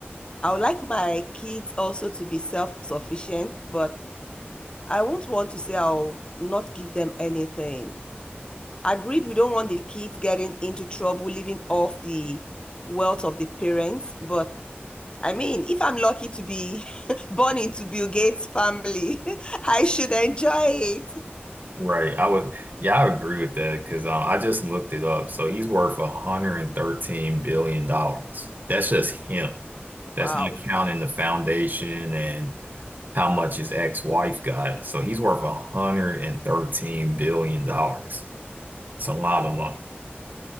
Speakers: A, on the left; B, on the right.
A: I would like my kids also to be self-sufficient, but I won't want to say I'll not give them anything. Agreed, we don't want the kids getting into trouble, living off the wealth of the parents. But I mean, if I'm lucky to be <laughs> born into Bill Gates' family, <laughs> I should enjoy it.
B: right. I would, yeah, I would agree with that because um, I just looked it up. So he's worth $113 billion. dollars. That's just him. That's
A: Wow,
B: not counting the foundation and how much his ex-wife got. So he's worth $113 billion. dollars. It's a lot of money.